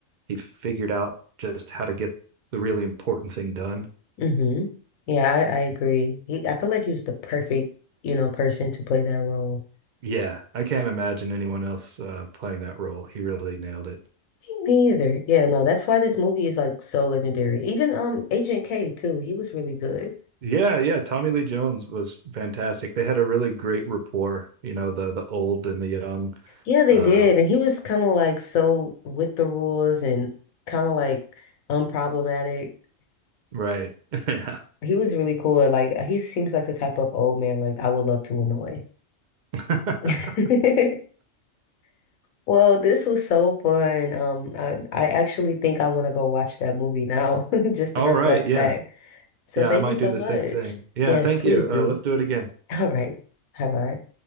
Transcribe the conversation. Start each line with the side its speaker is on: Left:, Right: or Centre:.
Right: he figured out just how to get the really important thing done.
Left: hmm Yeah, I, I agree. He I feel like he was the perfect, you know, person to play that role.
Right: Yeah, I can't imagine anyone else uh, playing that role. He really nailed it.
Left: Me me either. Yeah, no, that's why this movie is like so legendary. Even um Agent K too, he was really good.
Right: Yeah, yeah. Tommy Lee Jones was fantastic. They had a really great rapport, you know, the the old and the young.
Left: Yeah, they
Right: Uh,
Left: did. And he was kind of like so with the rules and kind of like unproblematic.
Right: right. <laughs> Yeah.
Left: He was really cool. Like he seems like the type of old man like I would love to annoy.
Right: <laughs>
Left: <laughs> Well, this was so fun. Um, I, I actually think I want to go watch that movie now <laughs> just
Right: All
Left: to reflect
Right: right. Yeah.
Left: back. So
Right: Yeah,
Left: thank
Right: I might
Left: you so
Right: do the
Left: much.
Right: same thing. Yeah,
Left: Yes,
Right: thank
Left: please
Right: you.
Left: do.
Right: Uh, let's do it again.
Left: <laughs> All right. Bye bye.